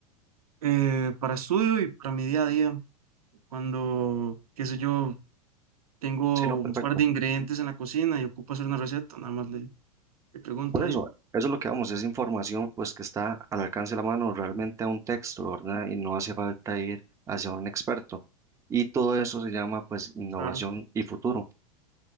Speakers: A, on the right; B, on the right.
A: Eh, para estudio y para mi día a día, cuando, qué sé yo, tengo
B: Sí, no, perfecto.
A: un par de ingredientes en la cocina y ocupo hacer una receta, nada más le, le pregunto
B: Por
A: ahí.
B: eso, eso es lo que vamos, es información pues que está al alcance de la mano realmente a un texto, ¿verdad? Y no hace falta ir hacia un experto. Y todo eso se llama pues innovación
A: Claro,
B: y futuro.